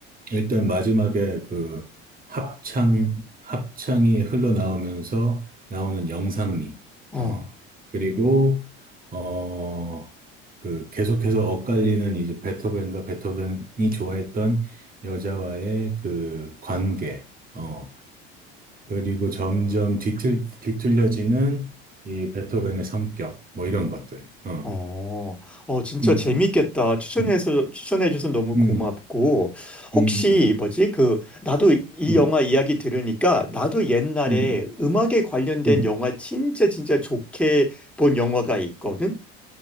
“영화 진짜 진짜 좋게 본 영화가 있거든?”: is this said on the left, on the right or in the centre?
Centre